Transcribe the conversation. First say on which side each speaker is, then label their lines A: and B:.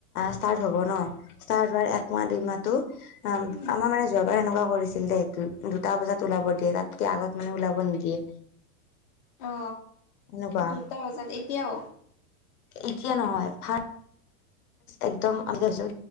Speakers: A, on the left (about 80°); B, on the left (about 30°).
A: ষ্টাৰ্ট হ'ব ন তাৰ দৰে একমাহ দুইমাহটো অ আমাৰ
B: উম,
A: মানে যোৱাবাৰ এনেকুৱা কৰিছিল দে সেইটো দুটা বজাত ওলাব দিয়ে তাতকে আগত মানে ওলাব নিদিয়ে
B: অ
A: সেনেকুৱা
B: দুটা বজাত এতিয়াও
A: এতিয়া নহয় ফা একদম আমিছো